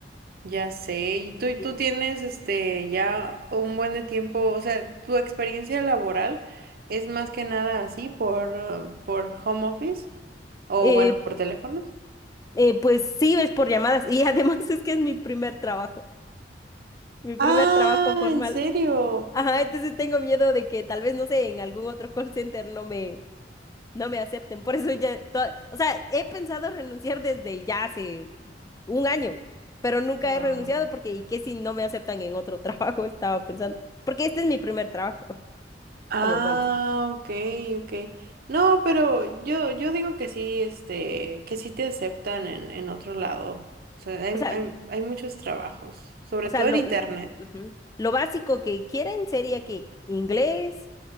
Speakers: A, on the right; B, on the left.
A: Ya sé, y
B: Sí.
A: tú, tú tienes este ya un buen de tiempo, o sea, tu experiencia laboral es más que nada así por, uh, por home office o
B: Eh,
A: bueno, por teléfonos.
B: eh, pues sí, es por llamadas y además <laughs> es que es mi primer trabajo. Mi primer
A: Ah,
B: trabajo formal,
A: ¿en serio?
B: sí. Ajá, entonces tengo miedo de que tal vez, no sé, en algún otro call center no me, no me acepten. Por eso ya, to- o sea, he pensado renunciar desde ya hace un año, pero nunca
A: Ah,
B: he renunciado porque, ¿y qué si no me aceptan en otro <laughs> trabajo? Estaba pensando, porque este es mi primer trabajo <laughs>
A: ah,
B: como call center.
A: ok, ok. No, pero yo, yo digo que sí, este, que sí te aceptan en, en otro lado. O sea, hay,
B: O sea,
A: hay, hay muchos trabajos, sobre
B: o sea,
A: todo
B: lo,
A: en internet.
B: lo ujú. Lo básico que quieren sería que inglés,